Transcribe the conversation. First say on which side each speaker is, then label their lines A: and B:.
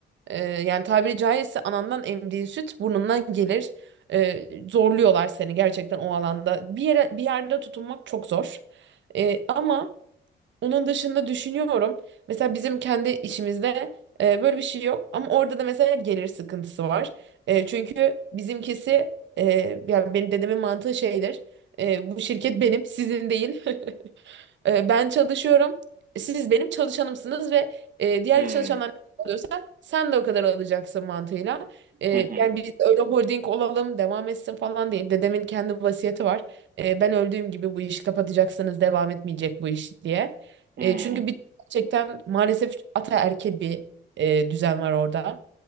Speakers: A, on the right (about 65°); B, on the right (about 45°).
A: ee, yani tabiri caizse anandan emdiğin süt burnundan gelir. Ee, zorluyorlar seni gerçekten o alanda. Bir yere bir yerde tutunmak çok zor. Ee, ama onun dışında düşünüyorum. Mesela bizim kendi işimizde e, böyle bir şey yok. Ama orada da mesela gelir sıkıntısı var. E, çünkü bizimkisi e, yani benim dedemin mantığı şeydir. E, bu şirket benim, sizin değil. <laughs> E, ben çalışıyorum. Siz benim çalışanımsınız ve e, diğer
B: Hımm.
A: çalışanlar ne kadar alıyorsa sen de o kadar alacaksın mantığıyla. E,
B: Hı hı.
A: yani biz öyle holding olalım devam etsin falan değil. Dedemin kendi vasiyeti var. E, ben öldüğüm gibi bu işi kapatacaksınız devam etmeyecek bu iş diye.
B: Hımm.
A: E, çünkü bir gerçekten maalesef ataerkil bir e, düzen var orada.